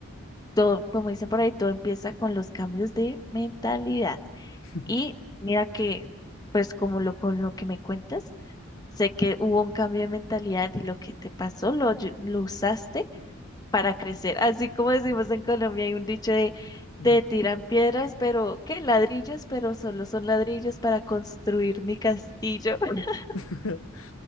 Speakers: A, on the left; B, on the left.
A: todo, como dicen por ahí, todo empieza con los cambios de mentalidad.
B: <laughs>
A: Y mira que, pues como lo con lo que me cuentas, sé que hubo un cambio de mentalidad y lo que te pasó lo, ayu- lo usaste para crecer. Así como decimos en Colombia, hay un dicho de
B: Ujú.
A: te tiran piedras, pero ¿qué? Ladrillos, pero solo son ladrillos para construir mi castillo. <laughs>
B: <laughs>